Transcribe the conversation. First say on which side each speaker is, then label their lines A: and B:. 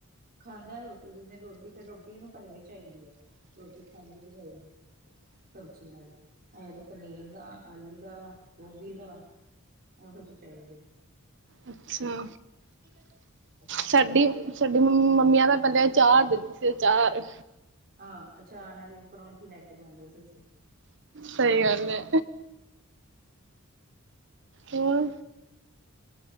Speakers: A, on the right; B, on the right.
A: ਖਾਂਦਾ ਰੋਟੀ ਜਿਵੇਂ ਰੋਟੀ ਤੇ ਰੋਟੀ ਇਹਨੂੰ ਭਰਵੀ ਚਾਹੀਦੀ ਹੈ ਰੋਟੀ ਖਾਲੀ ਨੀ ਚਾਹੀਦੀ ਸਬਜ਼ੀ ਨਾਲ ਐ ਤਾਂ ਪਨੀਰ ਦਾ ਆਲੂ ਦਾ ਗੋਭੀ ਦਾ ਇਹ ਕੁਝ ਚਾਹੀਦੇ
B: ਅੱਛਾ
A: <unintelligible>
B: ਸਾਡੀ ਸਾਡੀ ਮੰਮੀਆਂ ਦਾ ਪਹਿਲੇ ਅਚਾਰ ਦੇਦੀ ਸੀ ਅਚਾਰ
A: ਹਾਂ ਅਚਾਰ ਨਾਲ‌ ਪਰੋਠੀ ਲੈ ਕੇ ਜਾਂਦੇ ਸੀ ਅਸੀਂ
B: ਸਹੀ ਗੱਲ ਏ ਹੋਰ